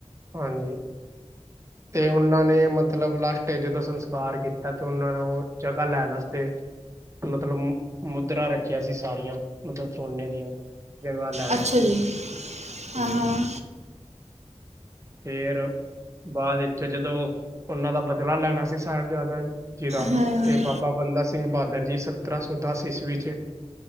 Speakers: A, on the right; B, on the right.
A: ਹਾਂਜੀ। ਤੇ ਉਹਨਾਂ ਨੇ ਮਤਲਬ ਲਾਸਟ ਤੇ ਜਦੋਂ ਸੰਸਕਾਰ ਕੀਤਾ ਤੇ ਉਹਨਾਂ ਨੂੰ ਜਗ੍ਹਾ ਲੈਣ ਅਸਤੇ ਮਤਲਬ ਮੁਦਰਾ ਰੱਖਿਆ ਸੀ ਸਾਰੀਆਂ ਮਤਲਬ ਸੋਨੇ ਦੀਆਂ। ਜਗ੍ਹਾ ਲੈਣ
B: ਅੱਛਾ
A: ਅਸਤੇ
B: ਜੀ ਹਾਂ
A: ਹੂੰ।
B: ਹਾਂ
A: ਫੇਰ ਬਾਅਦ ਵਿੱਚ ਜਦੋਂ ਉਨਾਂ ਦਾ ਬਦਲਾ ਲੈਣਾ ਸੀ ਸਾਹਿਬਜ਼ਾਦਾ ਜੀ ਦਾ
B: ਹਾਂ
A: ਤੇ ਬਾਬਾ ਬੰਦਾ ਸਿੰਘ ਬਹਾਦਰ ਜੀ ਸਤਰਾਂ ਸੌ ਦਸ ਈਸਵੀ ਚ